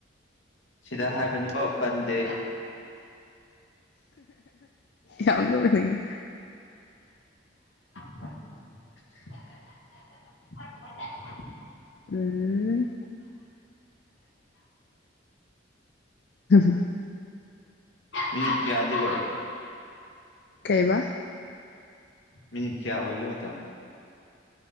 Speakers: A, on the left; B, on the left.
A: ꯁꯤꯗ ꯍꯥꯏꯕꯅꯤꯀꯣ ꯄꯥꯟꯗꯦ
B: ꯌꯥꯝ ꯅꯣꯛꯅꯤꯡꯉꯦ
A: <unintelligible>
B: ꯎꯝ <inaudible>
A: ꯃꯤꯀꯌꯥꯗꯤ ꯑꯣꯏ
B: ꯀꯩꯕ
A: ꯃꯤꯅꯤꯠ ꯀꯌꯥ ꯑꯣꯏꯒꯦ ꯃꯇꯝ